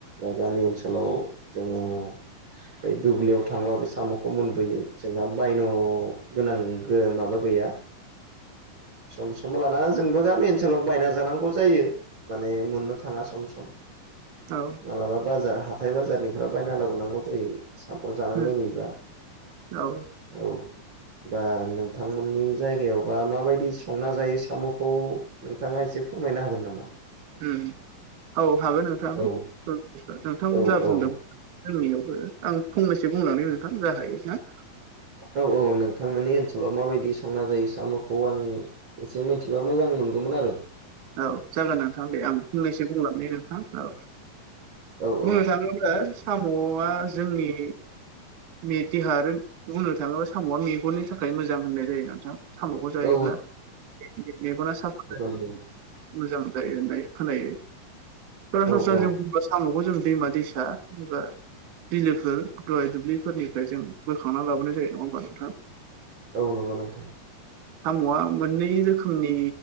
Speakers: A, on the right; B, on the right.
A: गामि ओनसोलाव जोङो बै दुब्लियाव थांबाबो साम'खौ मोनबोयो जोंहा बायन गोनां गो माबा गैया सम सम लाना जोंबो गामि ओनसोलाव बायना जानांगौ जायो माने मनो थाङा सम सम
B: औ
A: मालाबा बाजार हाथाय बाजारनिफ्राय बायना लाबोनांगौ जायो सा जानो
B: उम
A: लोंहैबा
B: औ
A: औ बा नोंथांमोननि जायगायावबा माबायदि संना जायो साम'खौ नोंथाङा एसे फोरमायनो हागोन नामा?
B: ओम औ हागोन नोंथां नोंथां
A: औ औ
B: जा
A: औ
B: बुंदों जोंनियावबो आं फंनैसो बुंलनानै नोंथां ज हायो ना।
A: औ औ नोंथांमोननि ओनसोलाव माबायदि संना जायो साम'खौ आं एसे मिथिबा मोजां मोनगौमोन आरो
B: औ जागोन नोंथां दे आं फंनैसो बुंलांनि नोंथां औ
A: औ
B: बुंनो
A: औ
B: थाङोब्ला साम'आ जोंनि मे देह बुंनो थाङोब्ला साम'आ मेगननि थाखाय मोजां होननाय जायो नोंथां साम'खौ जायोब्ला
A: औ
B: मेगना साफा
A: ओम
B: मोजां थायो होननाय खोनायो सरासनस्रा
A: औ औ
B: जों बुंबा साम'खौ जों दैमा दैसा एबा बिलोफोर दहाय दुब्लिफोरनिफ्राय जों बोखांना लाबोनाय जायो नङा होमबा नोंथां
A: औ नंगौ नोंथां
B: साम'आ मोननै रोखोमनि